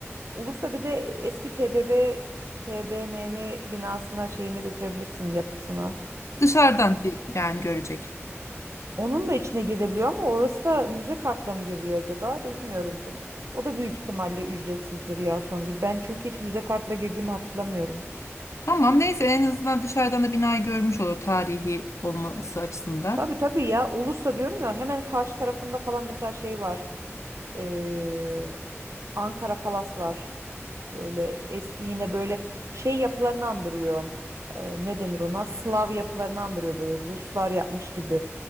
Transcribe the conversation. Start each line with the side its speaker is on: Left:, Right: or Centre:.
Right: Ulus'ta bir de eski TBB TBMM binasına şeyine götürebilirsin yapısına.
Left: <laughs> Dışarıdan değil, yani görecek.
Right: Onun da içine girilebiliyor ama orası da müze kartla mı giriliyor acaba? Bilmiyorum ki. O da büyük ihtimalle ücretsizdir ya Songül. Ben çünkü hiç müze kartla girdiğimi hatırlamıyorum.
Left: Tamam, neyse en azından dışarıdan da binayı görmüş olur tarihi olması açısından.
Right: Tabii tabii ya. Ulus'ta diyorum ya hemen karşı tarafında falan mesela şey var. Ee, Ankara Palas var. Böyle eski yine böyle şey yapılarını andırıyor. Ee, ne denir ona? Slav yapılarını andırıyor böyle Ruslar yapmış gibi